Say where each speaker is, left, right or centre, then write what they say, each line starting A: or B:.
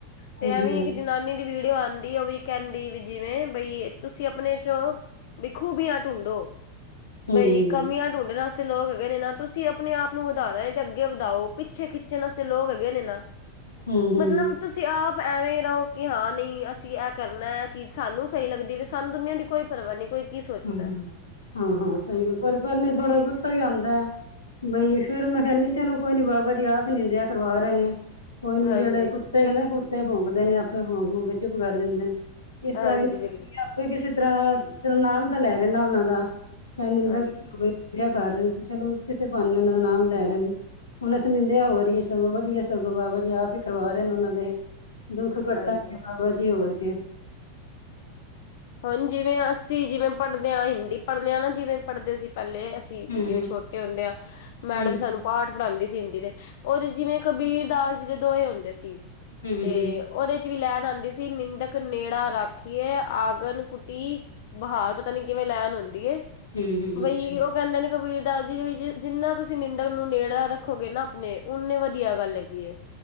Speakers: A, on the left; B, on the left.
A: ਤੇ
B: ਹੂੰ-ਹੂੰ,
A: ਐਵੀ ਇੱਕ ਜਨਾਨੀ ਦੀ ਵੀਡੀਓ ਆਂਉਦੀ ਦੀ ਉਵੀ ਕਹਿੰਦੀ ਵੀ ਜਿਵੇਂ, ਬਈ ਤੁਸੀਂ ਆਪਣੇ ਚੋਂ ਬ ਖੂਬੀਆਂ ਢੂੰਡੋ।
B: ਹੂੰ-ਹੂੰ,
A: ਬਈ ਕਮੀਆ ਢੂੰਡਣ ਵਾਸਤੇ ਲੋਕ ਹੈਗੇ ਨੇ ਨਾ ਤੁਸੀਂ ਆਪਣੇ ਆਪ ਨੂੰ ਵਧਾਣਾ ਏ ਤੇ ਅੱਗੇ ਵਧਾਓ, ਪਿੱਛੇ ਖਿੱਚਣ ਵਾਸਤੇ ਲੋਕ ਹੈਗੇ ਨੇ ਨਾ।
B: ਹੂੰ-ਹੂੰ,
A: ਮਤਲਬ ਤ ਤੁਸੀਂ ਆਪ ਐਵੇਂ ਰਹੋ ਕਿ ਹਾਂ ਨਈ ਅਸੀਂ ਐਹ ਕਰਨਾ ਇਹ ਚੀਜ਼ ਸਾਨੂੰ ਸਹੀ ਲੱਗਦੀ ਵੀ ਸਾਨੂੰ ਦੁਨੀਆਂ ਦੀ ਕੋਈ ਪਰਵਾਹ ਨੀ, ਕੋਈ ਕੀ ਸੋਚਦਾ
B: ਹੂੰ-ਹੂੰ।
A: ਐ।
B: ਹਾਂ-ਹਾਂ ਸਹੀ ਗੱਲ ਪਰ ਪਹਿਲੇ ਥੋੜਾ ਗੁੱਸਾ ਵੀ ਆਂਉਦਾ ਅ। ਬਈ ਫੇਰ ਮੈਂ ਕਹਿੰਦੀ ਚਲੋ ਕੋਈ ਨੀ ਬਾਬਾ ਜੀ ਆਪ ਨਿੰਦਿਆ ਕਰਵਾ ਰਹੇ ਨੇ। ਕੋਈ ਨੀ
A: ਹਾਂਜੀ
B: ਜਿਹੜੇ ਕੁੱਤੇ ਨੇ ਕੁੱਤੇ ਭੋਂਕਦੇ ਨੇ ਆਪੇ ਭੋਂਕ ਭੂਂਕ ਕੇ ਚੁਪ ਕਰ ਜਾਂਦੇ ਨੇ। ਕਿਸ
A: ਹਾਂਜੀ
B: ਤਰ੍ਹਾਂ ਵੀ
A: ਬਿਲਕੁਲ
B: ਆਪੀ ਕਿਸੀ ਤਰ੍ਹਾਂ ਚਲੋ ਨਾਮ ਤਾਂ ਲੈ ਰਹੇ ਨਾ ਉਹਨਾਂ ਦਾ। ਚਾਹੇ ਨਿੰਦਾ
A: ਹਾਂਜੀ
B: ਕਰਨੀ ਹੋਵੇ ਕਰ ਰਹੇ ਨੇ ਚਲੋ ਕਿਸੇ ਬਹਾਨੇ ਉਹਨਾਂ ਦਾ ਨਾਮ ਲੈ ਰਹੇ ਨੇ। ਹੁਣ ਅਸੀ ਨਿੰਦਿਆ ਹੋ ਰਹੀਏ ਚਲੋ ਵਧੀਆ ਸਗੋਂ ਬਾਬਾ ਜੀ ਆਪ ਈ ਕਰਵਾ ਰਹੇ ਨੇ ਉਹਨਾਂ ਦੇ। ਦੁੱਖ ਕੱਟਣਗੇ
A: ਹਾਂਜੀ।
B: ਬਾਬਾ ਜੀ, ਹੋਰ ਕੀ।
A: ਹੁਣ ਜਿਵੇਂ ਅਸੀਂ ਜਿਵੇਂ ਪੜ੍ਹਦੇ ਆ ਹਿੰਦੀ ਪੜ੍ਹਨੇ ਆ ਨਾ ਜਿਵੇਂ ਪੜ੍ਹਦੇ ਸੀ ਪਹਿਲੇ ਅਸੀ
B: ਹੂੰ-ਹੂੰ,
A: ਜਿਵੇਂ ਛੋਟੇ ਹੁੰਦੇ ਆ ਮੈਡਮ
B: ਹੂੰ-ਹੂੰ,
A: ਸਾਨੂੰ ਪਾਠ ਪੜ੍ਹਾਂਦੀ ਸੀ ਹਿੰਦੀ ਦੇ ਔਰ ਜਿਵੇਂ ਕਬੀਰ ਦਾਸ ਜੀ ਦੇ ਦੋਹੇ ਹੁੰਦੇ ਸੀ,
B: ਹੂੰ-ਹੂੰ,
A: ਤੇ ਉਹਦੇ ਜਿਵੀ ਲਈਨ ਆਂਦੀ ਸੀ ਕੇ ਨਿੰਦਕ ਨੇੜਾ ਰਾਖੀਏ ਆ ਗਨ ਕੁੱਟੀ ਬਹਾਵ ਪਤਾ ਨੀ ਕਿਵੇਂ ਲਈਨ ਹੁੰਦੀ ਏ,
B: ਹੂੰ-ਹੂੰ
A: ਬਈ
B: ਅੱਛਾ।
A: ਉਹ ਕਹਿੰਦੇ ਨੇ ਕਬੀਰ ਦਾ ਜੀ ਜਿੰਨਾ ਤੁਸੀਂ ਨਿੰਦਕ ਨੂੰ ਨੇੜਾ ਰੱਖੋਗੇ ਨਾ ਆਪਣੇ ਓਨੇ ਵਧੀਆ ਗੱਲ ਹੈਗੀ ਐ।